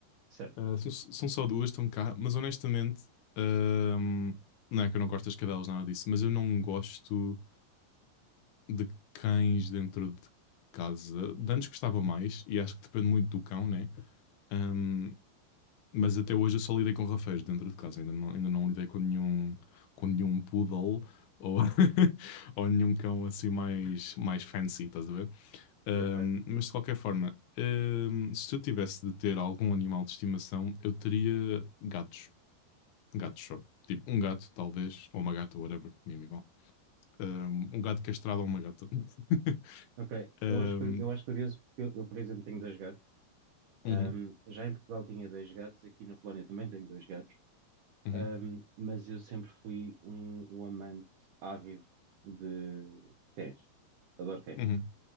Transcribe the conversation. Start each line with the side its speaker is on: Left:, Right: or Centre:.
Right: certo.
Left: Eh, são, são só duas, estão cá, mas honestamente, ahm, não é que eu não gosto das cadelas, nada disso, mas eu não gosto de cães dentro de casa. De antes gostava mais, e acho que depende muito do cão, né? Ehm, mas até hoje eu só lidei com rafeiros dentro de casa, ainda não, ainda não lidei com nenhum, com nenhum poodle ou, <laughs> ou nenhum cão assim mais, mais fancy, estás a ver? Ahm,
Right: Ok,
Left: mas de qualquer forma, ahm, se eu tivesse de ter algum animal de estimação, eu teria gatos, gatos só. Tipo, um gato, talvez, ou uma gata, whatever, mesmo igual. Ahm, um gato castrado ou uma gata. <laughs>
Right: ok.
Left: Ahm,
Right: Eu acho, cur- eu acho curioso porque eu, eu, por exemplo, tenho dois gatos. Ahm,
Left: uhum,
Right: já em Portugal tinha dois gatos, aqui na Polónia também tenho dois gatos.
Left: uhum,
Right: Um, mas eu sempre fui um, um amante ávido de cães. Adoro cães.
Left: uhum,